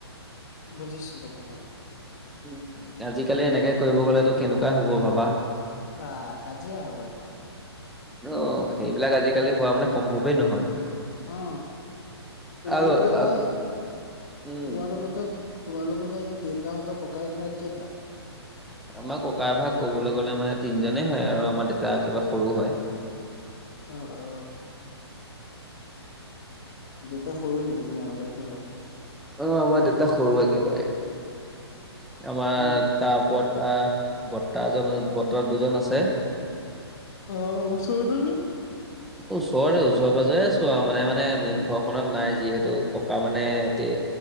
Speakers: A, on the left; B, in the centre.
A: বুজিছো কথাটো।
B: উম, আজিকালি এনেকে কৰিব গ'লেতো কেনেকুৱাই হব ভাবা?
A: বা কাজিয়া হব এইখন।
B: ধ সেইবিলাক আজিকালি হোৱা মানে সম্ভৱেই নহয়।
A: অ, তোমালোকে
B: আৰু
A: এনেই
B: আ- উম
A: তোমালোকতো তোমালোকো যে এনেই দেউতাহতৰ ককায়েক, ভাই কেইটা?
B: আমাৰ ককা ভাগ ক'বলৈ গলে মানে তিনিজনেই হয় আৰু আমাৰ দেউতা একেবাৰে সৰু হয়।
A: অ অ। দেউতা সৰু নেকি তোমালোক একেবাৰে?
B: অ আমাৰ দেউতা সৰু একেবাৰে। আমাৰ
A: উম,
B: তাৰ ওপৰত আহ বৰ্তাজন বৰ্তা দুজন আছে।
A: অ ওচৰতেনে। <inaudible>
B: ওচৰতে ওচৰ পাজৰে আছো আৰু মানে মানে মেইন ঘৰখনত নাই যিহেতু ককা মানে ইয়াতে